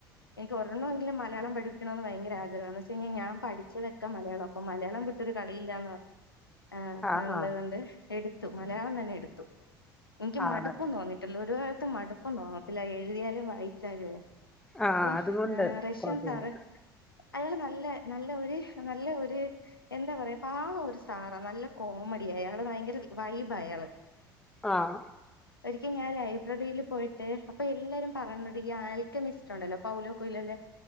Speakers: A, on the left; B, in the centre.
A: എനിക്ക് ഒരെണങ്കിലും മലയാളം പഠിപ്പിക്കണംന്ന് ഭയങ്ക ആഗ്രഹന്നു. പക്ഷെ കഴിഞ ഞാൻ പഠിച്ചതൊക്കെ മലയാള. അപ്പ മലയാളം വിട്ടൊരു കളിയില്ലാന്ന് പറ ആഹ്
B: ആ
A: നല്ലത്ണ്ട്.
B: ആ
A: എടുത്തു മലയാളം തന്നെ എടുത്തു. എനിക്ക് മടു
B: ആണ്
A: പ്പം തോന്നിട്ടില്ല. ഒരു കാലത്ത് മടുപ്പും തോന്നത്തില്ല. എഴുതിയാലും വായിച്ചാലുവേ.
B: ആഹ്
A: അപ്പോം
B: അതുകൊണ്ട്
A: നറഷ്യൻ
B: കൊഴപ്പമില്ല
A: സാറ് അയാള് നല്ല നല്ല ഒര് നല്ല ഒര് എന്താ പറയാ പാവ ഒരു സാറാ. നല്ല കോമഡി അയാള് ഭയങ്കര വൈബ അയാള്.
B: ആഹ്
A: ഒരിക്ക ഞാൻ ലൈബ്രറിയിൽ പോയിട്ട് അപ്പൊ എല്ലാരും പറന്നുണ്ട് ഈ ആൽക്കമിസ്റ്റ് ഉണ്ടല്ലോ പൗലോ കൊയിലോന്റെ